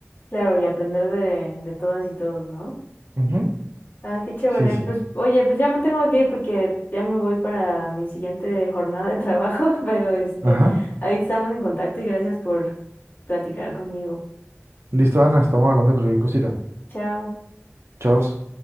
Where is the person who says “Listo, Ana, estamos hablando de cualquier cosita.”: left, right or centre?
Right